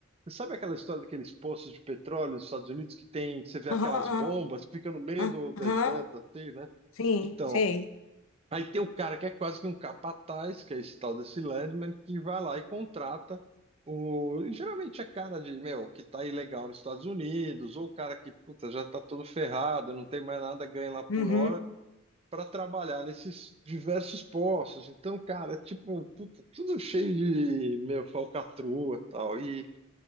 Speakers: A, on the right; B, on the left.
A: Você sabe aquela história daqueles poços de petróleo nos Estados Unidos que tem, que você vê aquelas
B: Aham,
A: bombas, fica no meio
B: aham,
A: do deserto,
B: aham.
A: assim, né?
B: Sim,
A: Então,
B: sei.
A: Aí tem o cara que é quase que um capataz, que é esse tal desse Landman, que vai lá e contrata o. e Geralmente é cara de, meu, que tá ilegal nos Estados Unidos, ou o cara que, puta, já tá todo ferrado, não tem mais nada, ganha lá por
B: Uhum,
A: hora, para trabalhar nesses diversos postos. Então, cara, é tipo, puta, tudo cheio de, meu, falcatrua e tal. E,